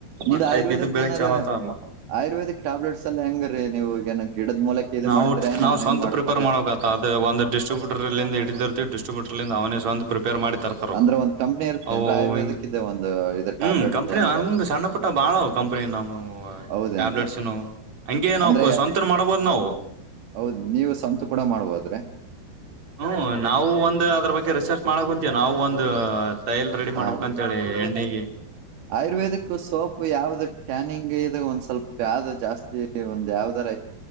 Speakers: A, on the right (about 75°); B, on the right (about 45°).
A: ನಿಮ್ದ್
B: ಒಂದ್ ಟೈಪ್
A: ಆಯುರ್ವೇದಕ್
B: ಇದು ಬೆಳಗ್
A: ಏನಾರ
B: ಚಲ್ ಅತಮ್ಮ.
A: ಆಯುರ್ವೇದಿಕ್ ಟ್ಯಾಬ್ಲೆಟ್ಸ್ ಎಲ್ಲ ಹೆಂಗ್ರೀ ನೀವು ಏನ ಗಿಡದ ಮೂಲಕ ಇದು
B: ನಾವು
A: ಮಾಡ್ತಿರಾ ಏನು
B: ನಾವು
A: ಹೆಂಗ್
B: ಸ್ವಂತ
A: ಮಾಡ್ತಾರಿ.
B: ಪ್ರಿಪೇರ್ ಮಾಡಬೇಕತ್ತ ಒಂದು ಡಿಸ್ಟ್ರಬ್ಯೂಟರ್ಲ್ಲಿಂದ ಹಿದಿರ್ತಿ ಡಿಸ್ಟ್ರಿಬ್ಯಟರ್ ಇಂದ ಅವನೇ ಸ್ವಂತ. ಪೇರ್ ಮಾಡಿ ತರ್ತಾರ
A: ಅಂದ್ರ ಒಂದ್ ಕಂಪ್ನಿ ಇರ್ತೇನ್ರ
B: ಅ
A: ಆಯುರ್ವೇದಕ್
B: ಹಿಂಗ
A: ಇದೆ ಒಂದು ಇದು
B: ಹ್ಮ
A: ಟ್ಯಾಬ್ಲೆಟ್
B: ಕಂಪ್ನಿ
A: ಏನಾರ
B: ಹಂಗೆ ಸಣ್ಣ ಪುಟ್ಟ ಭಾಳ ಕಂಪ್ನಿ ನಮ್ಮ
A: ಹೌದೇನ್ರಿ
B: ಟ್ಯಾಬ್ಲೆಟ್ಸನು. ಹಂಗೇನು ನಾವು
A: ಅಂದ್ರೆ
B: ಸ್ವಂತ ಮಾಡಬೋದು ನಾವು.
A: ಹೌದ್ ನೀವು ಸ್ವಂತ ಕೂಡ ಮಾಡ್ಬೋದ್ರಿ
B: ಹ್ಮ ನಾವು ಒಂದು ಅದ್ರ ಬಗ್ಗೆ ರಿಸ ಮಾಡ ಕುಂತೀವಿ ನಾವವು ಒಂದ ಟ್ರೈಲ್ ರೆಡಿ ಮಾಡ್ಬೇಕಂತ
A: ಹ
B: ಹೇಳಿ ಎಣ್ಣಿಗೆ
A: ಆಯುರ್ವೇದಕ್ ಸೋಪ್ ಯಾವ್ದ ಟ್ಯಾನಿಂಗ್ ಇ ಒಂದ್ ಸ್ವಲ್ಪ ಯಾವ್ದ ಜಾಸ್ತಿ ಒಂದ್ ಯಾವ್ದರ